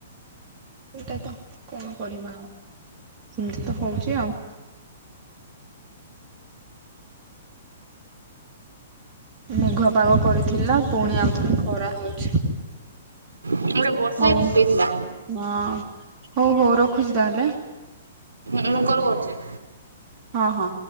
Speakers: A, on the right (about 35°); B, on the right (about 75°).
A: ଏଇଟା ତ କଣ କରିବା ଆଉ ଏମିତି ତ ହଉଛି ଆଉ। ମେଘୁଆ ପାଗ କରିଥିଲା ପୁଣି ଆଉଥରେ ଖରା ହଉଛି।
B: ହୁଁ ଗୋଟେ ବର୍ଷା
A: ହଉ
B: ହିଁ ପକେଇଥିଲା
A: ହଁ ହଉ ହଉ ରଖୁଛି ତାହେଲେ।
B: ମୁଁ କଲ୍ କରୁଚି।
A: ହଁ ହଁ।